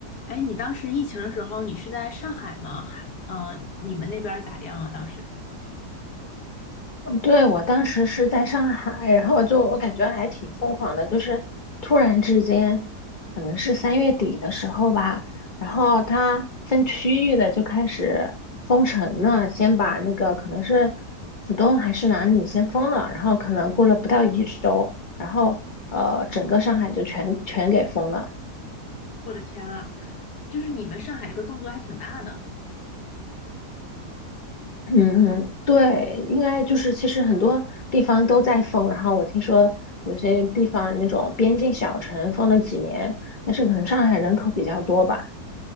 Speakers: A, on the left (about 70°); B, on the left (about 30°).
A: 哎，你当时疫情的时候，你是在上海吗？还，嗯，你们那边儿咋样啊？当时，
B: 对，我当时是在上海，然后就我感觉还挺疯狂的，就是突然之间，可能是三月底的时候吧，然后它分区域的就开始封城了，先把那个可能是浦东还是哪里先封了，然后可能过了不到一周，然后呃整个上海就全全给封了。
A: 我的天啊，就是你们上海这个动作还挺大的。
B: 嗯，对，应该就是其实很多地方都在封，然后我听说有些地方那种边境小城封了几年，但是可能上海人口比较多吧。